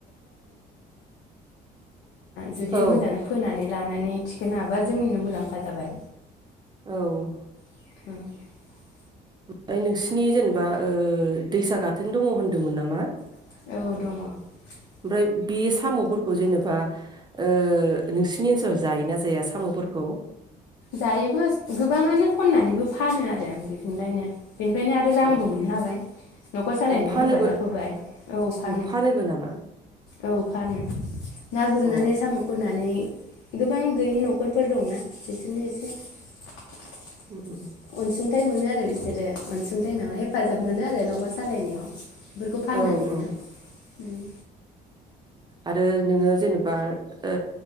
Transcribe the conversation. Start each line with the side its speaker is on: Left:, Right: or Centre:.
Left: जुदि
Right: औ
Left: मोजाङै फोनानै लानानै थिखोनो हाबा जोंनिनो मुलाम्फा जाबाय
Right: औ
Left: <inaudible>
Right: ओमफ्राय नोंसिनि जेनेबा ओ दैसा गाथोन दङ होनदोंमोन नामा?
Left: <inaudible>
Right: ओमफ्राय बे साम'फोरखौ जेनेबा ओ नोंसिनि ओनसोलाव जायोना जाया साम'फोरखौ?
Left: जायोबो गोबाङानो खननानैबो फानो आरो <inaudible> बेनिफ्रायनो आरो रांबो
Right: अ
Left: मोननो हाबाय न'खर सालायनायाव
Right: अ फानोबो
Left: हेफाजाब होबाय औ फानो
Right: फानोबो नामा
Left: औ फानो। ना गुरनानै
Right: अ
Left: साम' खननानै गोबां गैयि न'खरफोर दंना <inaudible> अनसुंथाइ
Right: उम उम
Left: मोनो आरो <inaudible> फाननानैनो
Right: औ औ
Left: उम
Right: आरो ओ नोङो जेनेबा ओ